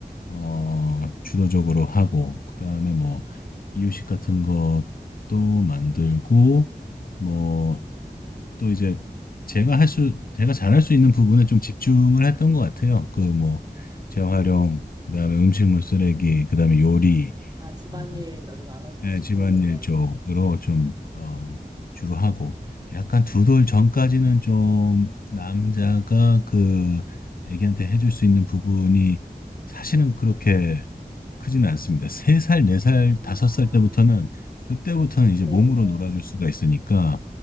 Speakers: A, on the left; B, on the right.
A: 어 주도적으로 하고 그다음에 뭐 이유식 같은 것도 만들고 뭐 또 이제 제가 할 수 제가 잘할 수 있는 부분에 좀 집중을 했던 것 같아요. 그 뭐 재활용
B: 음,
A: 그다음에 음식물 쓰레기 그다음에 요리
B: 아, 집안일
A: 어,
B: 너 좀 나눠서
A: 네,
B: 하시고,
A: 집안일
B: 네네.
A: 쪽으로 좀, 어, 주로 하고, 약간 두 돌 전까지는 좀 남자가 그 애기한테 해줄 수 있는 부분이 사실은 그렇게 크지는 않습니다. 세 살, 네 살,
B: 아,
A: 다섯 살 때부터는, 그때부터는 이제
B: 네네.
A: 몸으로 놀아줄 수가 있으니까,